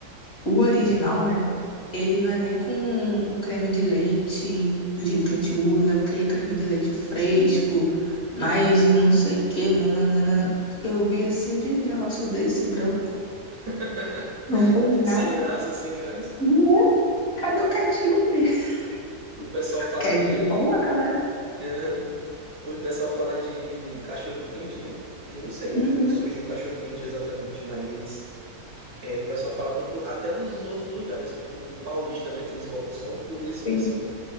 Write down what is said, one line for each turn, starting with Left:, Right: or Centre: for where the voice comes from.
Left: o
Right: Sim.
Left: original, né? Ele não é nem com o creme de leite do jeito que a gente usa, é aquele creme de leite fresco, mas de não sei o que, nananana, que eu vi assim, eu, gente, um negócio desse branco,
Right: <laughs>
Left: não tem nada.
Right: Sem graça, sem graça.
Left: Né? Cadê o ketchup? <laughs>
Right: O pessoal fala
Left: Porque a
Right: de.
Left: gente coloca, né?
Right: Aham. O pessoal fala de cachorro-quente, né? Eu não sei
Left: Uhum,
Right: onde foi que surgiu o cachorro-quente exatamente, mas É, o pessoal fala muito até dos outros lugares, tipo um paulista, né? Que eles botam só um purezinho
Left: sim.
Right: assim.